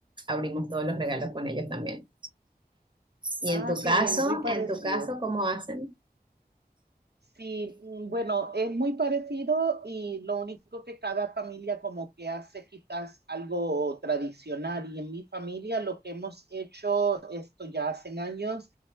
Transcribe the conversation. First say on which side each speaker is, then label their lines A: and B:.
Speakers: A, on the right; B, on the right.
A: abrimos todos los regalos con ellos también. ¿Y
B: Ah,
A: en tu
B: qué
A: caso,
B: bien, muy parecido.
A: en tu caso, cómo hacen?
B: Sí, mm, bueno, es muy parecido y lo único que cada familia como que hace quizás algo tradicional y en mi familia lo que hemos hecho esto ya hace años,